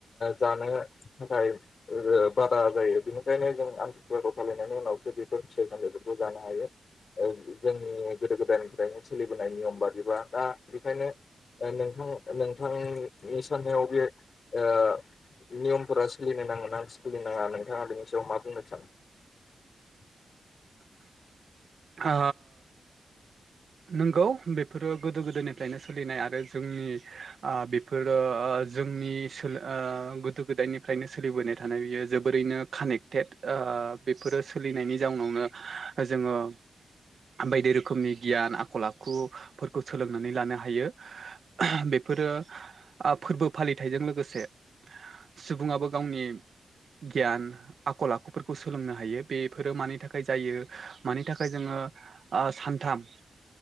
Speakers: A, on the left; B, on the right.
A: जानो थाखाय बादा जायो बेनिखायनो जों आमतिसुवाखौ फालिनायनि उनाव फिथाइ साम थांखिफोरखौ जों जानोहायो जोंनि गोदो गोदायनिफ्रायनो सोलिबोनाय नियम बादिबा दा बेखायनो नोंथां नोंथांनि साननायाव बे ओ नियमफोरा सोलिनो नाङोनि सोलि नाङा नोंथाङा बेनि सायाव मा बुंनो सानो? <inaudible>
B: आ नोंगौ बेफोरो गोदो गोदायनिफ्रायनो सोलिनाय आरो जोंनि आ बेफोरो ओ जोंनि सो गोदो गोदायनिफ्रायनो सोलिबोनाय थानाय बियो जोबोरैनो कानेक्टेड। ओ बेफोरो सोलिनायनि जाउनावनो जोङो बायदि रोखोमनि गियान आखल आखुफोरखौ सोलोंनानै लानो हायो बेफोरो फोरबो फालिथाइजों लोगोसे सुबुङाबो गावनि गियान आखल आखुफोरखौ सोलोंनो हायो बेफोरो मानि थाखाय जायो मानि थाख थाखाय जोङो आ सानथाम